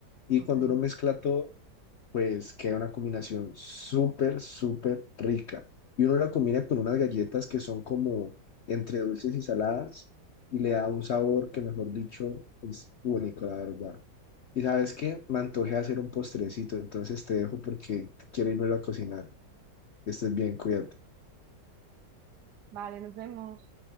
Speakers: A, on the left; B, on the right.
A: Y
B: ok.
A: cuando uno mezcla todo, pues queda una combinación súper, súper rica. Y uno la combina con unas galletas que son como entre dulces y saladas y le da un sabor que, mejor dicho, es único, la verdad. Y sabes qué, me antojé hacer un postrecito, entonces te dejo porque quiero irme a cocinar. Estés bien, cuídate.
B: Vale, nos vemos.